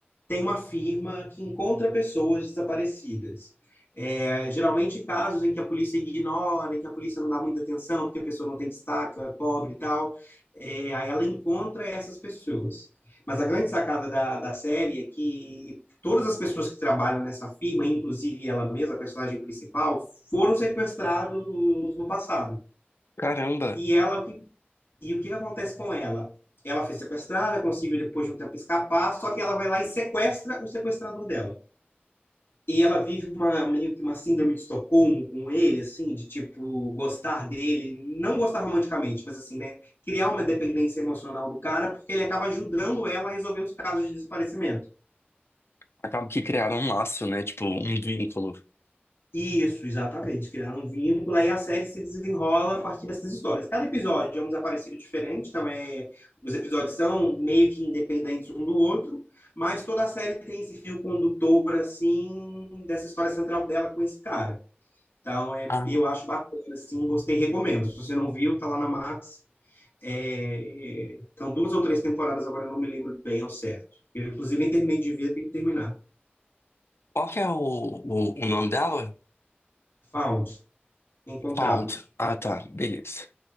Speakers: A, on the left (about 70°); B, on the left (about 80°).
A: tem uma firma que encontra pessoas desaparecidas. É, geralmente casos em que a polícia ignora, em que a polícia não dá muita atenção, porque a pessoa não tem destaque, é pobre e tal. É, aí ela encontra essas pessoas. Mas a grande sacada da, da série é que todas as pessoas que trabalham nessa firma, inclusive ela mesma, a personagem principal, foram sequestrados no passado.
B: Caramba,
A: E ela, o que e o que que acontece com ela? Ela foi sequestrada, conseguiu depois de um tempo escapar, só que ela vai lá e sequestra o sequestrador dela. E ela vive uma meio que uma síndrome de Estocolmo com ele, assim, de tipo gostar dele, não gostar romanticamente, mas assim, né, criar uma dependência emocional do cara, porque ele acaba ajudando ela a resolver os casos de desaparecimento.
B: acaba que criaram um laço, né? Tipo, um vínculo.
A: Isso, exatamente. Criaram um vínculo aí a série se desenrola a partir dessas histórias. Cada episódio é um desaparecido diferente, então é, os episódios são meio que independentes um do outro, mas toda a série tem esse fio condutor, assim, dessa história central dela com esse cara. Então, é,
B: Ah,
A: eu acho bacana, assim, gostei, recomendo. Se você não viu, tá lá na Max. É, então, duas ou três temporadas, agora eu não me lembro bem ao certo. Eu, inclusive, nem terminei de ver, tenho que terminar.
B: qual que é o, o, o nome dela?
A: Found, Encontrados.
B: Found. Ah, tá, beleza.